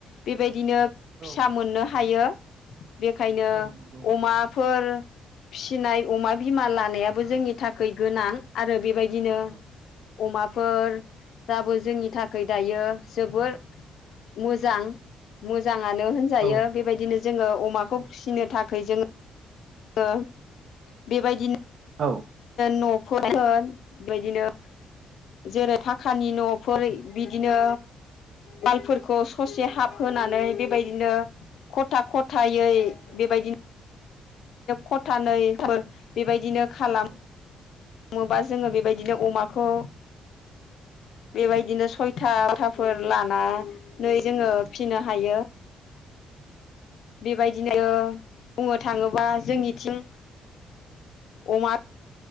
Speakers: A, on the left; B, on the right.
A: बेबायदिनो
B: औ
A: फिसा मोननो हायो। बेखायनो
B: औ नंगौ
A: अमाफोर फिनाय अमा बिमा लानायाबो जोंनि थाखै गोनां आरो बेबायदिनो
B: औ
A: अमाफोराबो जोंनि थाखै दायो जोबोर मोजां। मोजाङानो होनजायो
B: औ
A: बेबायदिनो जोङो अमाखौ
B: औ
A: फिसिनो थाखै जों <unintelligible> बेबायदि
B: औ
A: नो न'खरफोर बेबायदिनो जेरै थाखानि न'फोर बिदिनो वालफोरखौ ससे हाफ होनानै बेबायदिनो खथा खथायै
B: नंगौ औ
A: बेबायदि खथानैफोर बेबायदिनो खालाम
B: औ।
A: हमोबा जोङो बेबायदिनो अमाखौ बेबायदिनो सयथा <inaudible> थाफोर लानानै जोङो फिनो हायो। बेबायदिनो बुंनो थाङोबा जोंनिथिं अमा